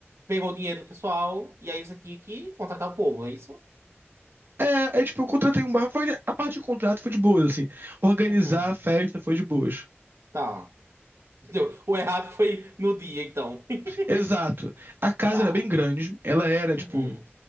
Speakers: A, on the right; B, on the right.
A: pegou o dinheiro do pessoal e aí você tinha que contratar o povo, é isso?
B: é, é tipo, eu contratei um bar. Foi, a parte de contrato foi de boas, assim. Organizar
A: Uhum.
B: a festa foi de boas.
A: Tá. Entendeu? O errado foi no dia, então. <laughs>
B: Exato. A casa
A: Tá.
B: era bem grande. Ela era,
A: Uhum,
B: tipo,